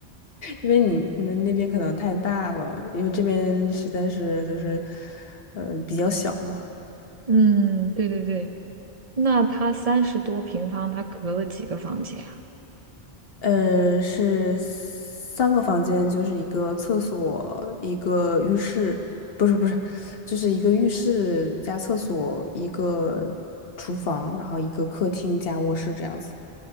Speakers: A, on the left; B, on the right.
A: 因为你你们那边可能太大了，因为这边实在是就是，呃，比较小嘛。
B: 嗯，对对对，那他三十多平方，他隔了几个房间啊？
A: 呃，是三个房间，就是一个厕所，一个浴室，不是不是，就是一个浴室加厕所，一个厨房，然后一个客厅加卧室这样子。